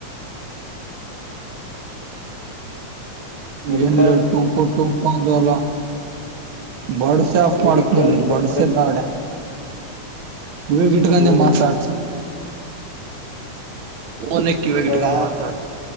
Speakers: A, on the left; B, on the right.
A: ಮೆಡಿಕಲ್
B: ಏನ್ಿಲ್ಲ ಟುಂಕೊ ಟುಂಕೊ ಅಂದ ಅಲ್ಲ ಬಡ್ಸೆ ಆಫ್
A: ಮೆಡಿಕಲ್
B: ಮಾಡತ್ನಲ್ಲಿ ಬಡ್ಸೆ
A: ರೆಪ್ರೆಸ್
B: ಬ್ಯಾಡ ಇಗಿಟ್ಟಕಂದೆ
A: ಓ
B: ಮಾತಾಡ್ತು ಒನಕ್ ಇವಗ
A: ಕೇಳ
B: ಮಾತಾಡ್ತ